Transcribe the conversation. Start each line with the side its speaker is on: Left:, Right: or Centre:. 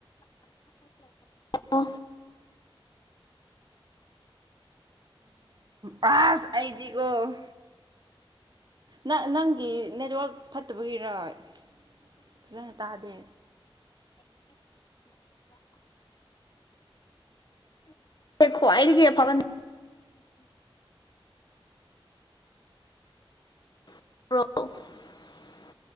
Left: ꯂꯩꯌꯣ
Right: ꯄꯥꯁ ꯑꯩꯗꯤꯒꯣ ꯅ ꯅꯪꯒꯤ ꯅꯦꯠꯋꯛ ꯐꯠꯇꯕꯒꯤꯔꯣꯏ ꯐꯖꯅ ꯇꯥꯗꯦ
Left: ꯍꯈꯣ ꯍꯥꯏꯔꯤꯒꯦ ꯐꯕ <unintelligible>